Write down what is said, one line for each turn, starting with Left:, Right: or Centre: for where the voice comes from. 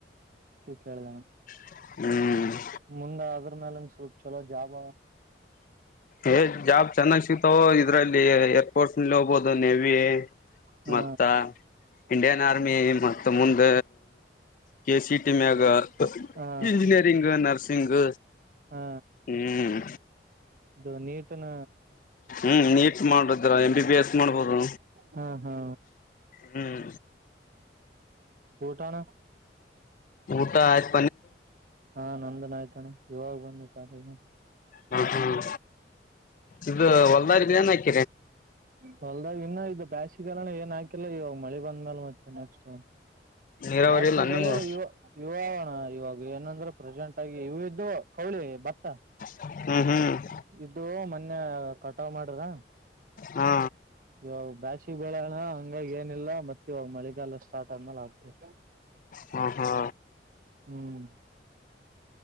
Right: ಕೇಳ್ದೆ ಅಣ್ಣಾ
Left: ಹ್ಮ್
Right: ಮುಂದಾದ್ರೂ ಅದರ ಮ್ಯಾಲ ಸ್ವಲ್ಪ ಚಲೋ ಜಾಬ್
Left: ಏ ಜಾಬ್ ಚೆನ್ನಾಗ್ ಸಿಗ್ತಾವೋ ಇದ್ರಲ್ಲಿ ಫೋರ್ಸ್ನಲ್ಲಿ ಹೋಗಬಹುದು ನೇವಿ
Right: ಹಾ
Left: ಮತ್ತ ಇಂಡಿಯನ್ ಆರ್ಮಿ ಮ ಮತ್ತ ಮುಂದ ಕೆೇಸಿಡಿ ಮ್ಯಾಗ
Right: ಹಾ
Left: ಇಂಜಿನಿಯರಿಂಗ್ ನರ್ಸಿಂಗ್ ನರ್ಸಿಂಗ್
Right: ಹಾ
Left: ಹ್ಮ್
Right: ಇದು ನೀಟನ
Left: ಹ್ಮ್ ನೀಟ್ ಮಾಡುದ್ರ ಎಂ ಬಿ ಬಿ ಎಸ್ ಮಾಡ್ಬೋದು
Right: ಹಾ ಹಾ
Left: ಹ್ಮ್
Right: ಊಟಾ ಅಣ್ಣಾ
Left: ಊಟ ಐತ.
Right: ಹಾ ನಂದುನು ಆಯ್ತ ಅಣ್ಣಾ. ಇವಾಗ್ ಬಂದೇ ಕಾಲೇಜ ಇಂದ.
Left: ಹ್ಮ ಹ್ಮ್ ಇದು ಹೊಲ್ ಬಾರಿಬಿ ಏನ್ ಹಾಕಿ
Right: ಹೊಲ್ದ ಇನ್ನ ಇದ ಬ್ಯಾಶ ಗಿ ಅಣ್ಣನ ಏನ್ ಹಾಕಿಲ್ಲ ಇವಾಗ ಮಳಿ ಬಂದ್ಮೇಲೆ ಮತ್ತೆ ನೆಕ್ಸ್ಟ್
Left: ನೀರಾವರಿ
Right: ಬ್ಯಾಸಗಿ
Left: ಇಲ್ಲ ನಿಮ್ದು
Right: ಬೆಳೆ ಯುವ ಯುವ ಅವಾ ಅಣ್ಣಾ ಇವಾಗ ಏನಂದ್ರ ಪ್ರೆಸೆಂಟ್ ಆಗಿ ಇವು ಇಡ್ಡುವ ಕೌಳಿ ಭತ್ತ
Left: ಉಹು
Right: ಇದುವೂ ಮೊನ್ನೆ ಕಟಾವ್ ಮಾಡದ
Left: ಹಾ
Right: ಇವಾಗ ಬ್ಯಾಸಗಿ ಬಿಳೋಣಾ ಹಂಗಾಗಿ ಏನ್ ಏನಿಲ್ಲಾ ಮತ್ತೆ ಇವಾಗ ಮಳೆಗಾಲ ಸ್ಟಾರ್ಟ್ ಆದ್ಮೇಲೆ ಹಾಕ್ತೀವಿ
Left: ಹಾ ಹಾ
Right: ಹ್ಮ್